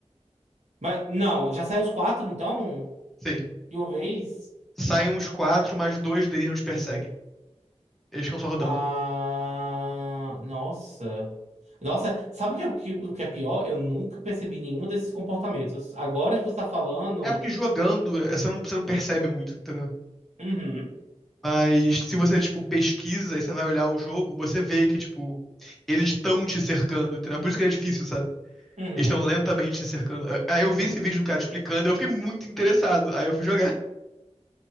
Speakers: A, on the right (about 75°); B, in the centre.
A: Mas, não, já saiu os quatro, então?
B: Sim.
A: De uma vez?
B: Saem uns quatro, mas dois deles não te perseguem. Eles ficam só rodando.
A: Ah, nossa. Nossa, sabe o que, é- que- o que é pior? Eu nunca percebi nenhum desses comportamentos. Agora que você tá falando.
B: É porque jogando, eh, você não, você não percebe muito, entendeu?
A: Uhum,
B: Mas se você, tipo, pesquisa e você vai olhar o jogo, você vê que, tipo, eles estão te cercando, entendeu? Por isso que ele é difícil, sabe?
A: uhum.
B: Eles estão lentamente te cercando. Aí eu vi esse vídeo do cara explicando, e eu fiquei muito interessado. Aí eu fui jogar.